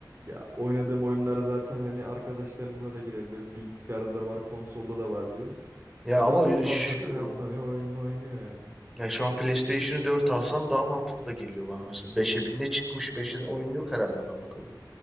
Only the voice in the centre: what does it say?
Ya
ama öyle
şu,
ya şu an PlayStation'ı 4 alsam daha mantıklı da geliyor bana mesela. beşe bir ne çıkmış? 5'e oyunu yok herhalde adam akıllı.